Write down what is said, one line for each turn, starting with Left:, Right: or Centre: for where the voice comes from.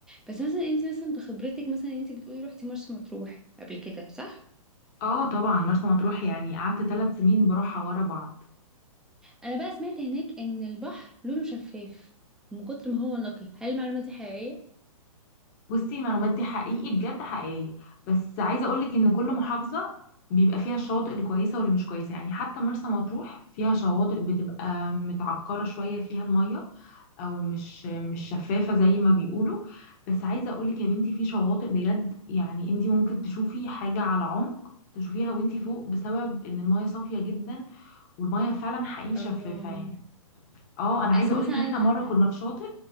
Centre: بس مثلا انت مثلا بخبرتك مثلا انت بتقولي روحتي مرسى مطروح قبل كده صح
Left: اه طبعا مرسى مطروح يعني قعدت ثلاث سنين بروحها ورا بعض
Centre: انا بقى سمعت هناك ان البحر لونه شفاف من كتر ما هو نقي هل المعلومه دي حقيقيه
Left: بصي المعلومات دي حقيقي بجد حقيقية بس عايزة اقولك ان كل محافظة بيبقى فيها الشواطئ الكويسة واللي مش كويسة يعني حتى مرسى مطروح فيها شواطئ بتبقى متعكرة شوية فيها المية او مش مش شفافة زي ما بيقولوا بس عايزة اقولك يا بنتي في شواطئ بجد يعني انتي ممكن تشوفي حاجة على عمق تشوفيها وانتي فوق بسبب ان المية صافية جدا والمية فعلا حقيقي
Centre: الله
Left: شفافة يعني اه انا عايزه
Centre: اصل
Left: اقولك
Centre: مثلا
Left: ان احنا
Centre: انا
Left: مره كنا في شاطئ